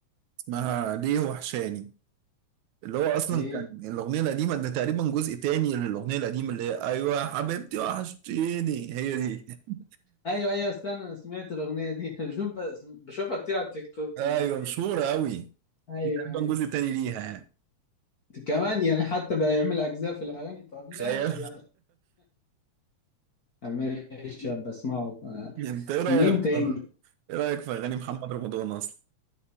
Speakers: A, on the right; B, on the left.
A: اسمها ليه وحشاني اللي هو اصلا
B: ليه؟
A: كان الاغنيه القديمه ده تقريبا جزء تاني للاغنيه القديمه اللي هي ايوه يا حبيبتي وحشتيني هي دي <laughs>
B: ايوه ايوه استنى انا سمعت الاغنيه دي <laughs> بشوف بشوفها كتير على التيك توك
A: ايوه
B: الناس بي
A: مشهوره قوي
B: ايوه
A: دي تقريبا
B: ايوه
A: جزء تاني ليها يعني
B: كمان يعني حتى بقى يعمل اجزاء في الاغاني طب ماشي
A: تخيل
B: يعني. ماشي بسمعه آه،
A: <laughs> انت ايه رايك
B: مين تاني
A: ايه رايك في اغاني محمد رمضان اصلا